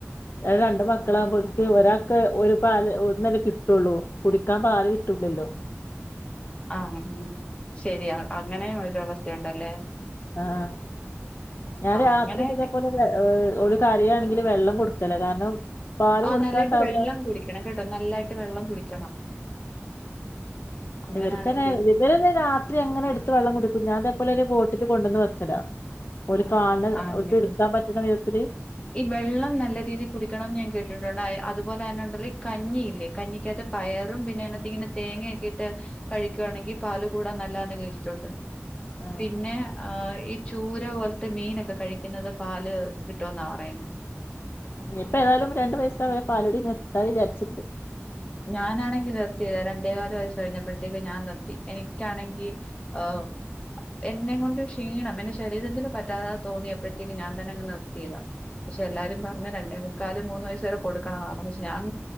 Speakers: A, on the left (about 55°); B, on the left (about 25°).
A: രണ്ട് മക്കളാമ്പോക്ക് ഒരാക്ക് ഒരു പാല് ഒന്നല്ലേ കിട്ടുള്ളൂ? കുടിക്കാൻ പാല് കിട്ടൂല്ലല്ലോ?
B: ആഹ് ശരിയാ അങ്ങനെയും ഒരവസ്ഥ ഉണ്ടല്ലേ?
A: ആഹ് ഞാൻ രാത്രിക്ക്
B: അങ്ങനെ
A: ഇതേപോലെ ഓര് കരിയാണെങ്കി ല് വെള്ളം കൊടുക്കലാ കാരണം പാല്
B: ആ
A: കൊടുക്കാണ്ടാവൂല
B: നല്ലായിട്ട് വെള്ളം കുടിക്കണം കേട്ടോ. നല്ലായിട്ട് വെള്ളം കുടിക്കണം അങ്ങനാണെങ്കി
A: ഇവർക്കന്നെ ഇവരന്നെ രാത്രി അങ്ങനെ എടുത്ത് വെള്ളം കുടിക്കും ഞാൻ ലൊരു ബോട്ടിൽ കൊണ്ടുവന്ന് വെക്കലാ ഓല് കാണ്
B: ആ അങ്ങനെ.
A: ഓൽക്ക് എടുക്കാൻ പറ്റണ വിധത്തില്
B: ഈ വെള്ളം നല്ല രീതിൽ കുടിക്കണംന്ന് ഞാൻ കേട്ടിട്ടുണ്ട്. അതുപോലെ തന്നെ ഉണ്ടല്ലോ ഈ കഞ്ഞിയില്ലേ കഞ്ഞിക്കകത്ത് പയറും പിന്നെ അതിനകത്ത് ഇങ്ങനെ തേങ്ങയൊക്കെ ഇ ട്ട് കഴിക്കുകയാണെങ്കിൽ പാല് കൂടാ നല്ലാന്ന് കേട്ടിട്ടൊണ്ട്
A: ആഹ്
B: പിന്നെ ആ ഈ ചൂര വൊൽ മീനൊക്കെ കഴിക്കുന്നത് പാല് കിട്ടൂന്നാ പറയുന്നെ
A: ഇനിയിപ്പ ഏതായാലും രണ്ട് വയസ്സായാ പാലുടി നിർത്താ വിചാരിച്ചിട്ട്ണ്ട്
B: ഞാനാണെങ്കി നിർത്തിയതാ രണ്ടേകാല് വയസ് കഴിഞ്ഞപ്പോഴത്തേക്ക് ഞാൻ നിർത്തി. എനിക്കാണെങ്കി ഏഹ് എന്നേങ്കൊണ്ട് ക്ഷീണം. എന്റെ ശരീരത്തിന് പറ്റാതാതെ തോന്നിയപ്പോഴത്തേക്ക് ഞാൻ തന്നെ അങ്ങ് നിർത്തിയതാ. പക്ഷെ എല്ലാരും പറഞ്ഞു രണ്ടേമുക് കാല് മൂന്ന് വയസ്സ വരെ കൊടുക്കണ എന്നാണ് പക്ഷെ ഞാൻ